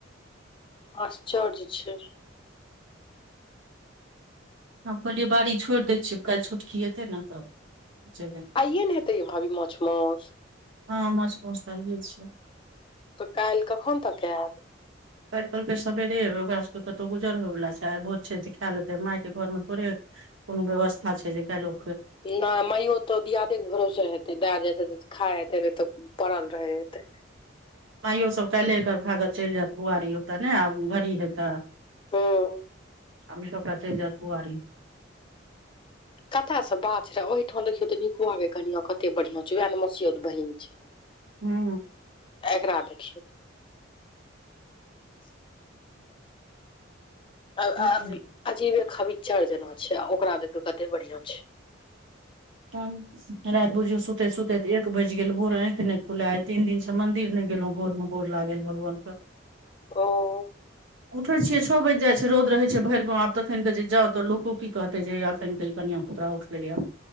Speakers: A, on the left; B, on the right.
A: आश्चर्य छै।
B: आब कहलियै, बाड़ी छोड़ि दै छियै। काल्हि छोटकी हेतै ने तऽ? जेबै
A: आइए ने हेतै य भाभी, माछ मौस?
B: हँ, माछ मौस तऽ आए छियै।
A: तऽ काल्ह कखन तक आयत?
B: काल्हि कहलके सबेरे एबे ओकरा सभके कतहु गुजर होयवला छै। आइ बहुत छै तऽ खा लेतै, मायके घरमे थोड़े? कोनो व्यवस्था छै? जे कएलो।
A: नहि, माइयो तऽ दियादेके भरोसे होइते दे जाइ छै। खा हेते तऽ पड़ल रहैते।
B: माइयो सभ काल्हि एकर भागैत चलि जायत बुआरी ओतऽ ने, आब घड़ी हेतै।
A: हूँ
B: अभी सभता चैल जात गुहारि।
A: कतय से बात रहै? ओहि ठाम देखियौ तऽ नीक लागै छै। कनिया कते बढ़िया छौ, वएह ने मसौद बहिन छौ?
B: हू
A: एकरा देखियौ <inaudible> अऽ,
B: की करबै
A: अजीब खविचर जेना छै ओकरा देख। कते बढ़िया छै।
B: त राति बुझियौ, सुतैत सुतैत एक बजि गेल। भोर एखन नहि खुलल। तीन दिनसँ मन्दिर नहि गेलहुँ भोरमे। गोर लागेल भगवान कऽ
A: ओ
B: उठै छियै तऽ छओ बजि जाइ छै, रौद भऽ जाइ छै भरि गाममे। आब तऽ एखनके जे जाउ तऽ लोक की कहतै, एखन के ई कनिया पुकड़ा? पया